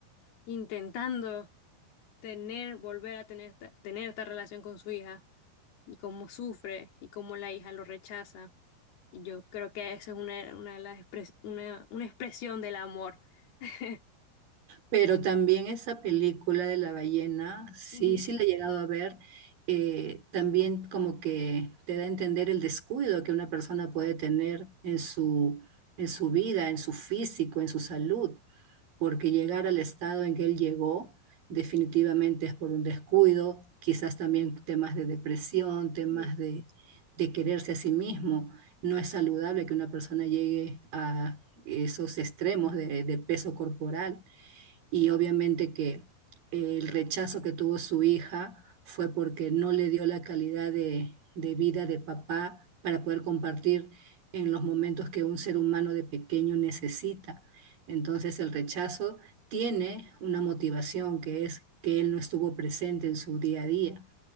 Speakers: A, on the left (about 80°); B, on the right (about 65°).
A: intentando tener, volver a tener, esta- tener esta relación con su hija, y cómo sufre, y cómo la hija lo rechaza. Y yo creo que esa es una, una de las expres- una, una expresión del amor. <laughs>
B: Pero también esa película de la ballena, sí,
A: Ujú,
B: sí la he llegado a ver, eh, también como que te da a entender el descuido que una persona puede tener en su, en su vida, en su físico, en su salud, porque llegar al estado en que él llegó definitivamente es por un descuido, quizás también temas de depresión, temas
A: sí.
B: de, de quererse a sí mismo. No es saludable que una persona llegue a esos extremos de de peso corporal y obviamente que eh, el rechazo que tuvo su hija fue porque no le dio la calidad de, de vida de papá para poder compartir en los momentos que un ser humano de pequeño necesita. Entonces el rechazo tiene una motivación que es que él no estuvo presente en su día a día.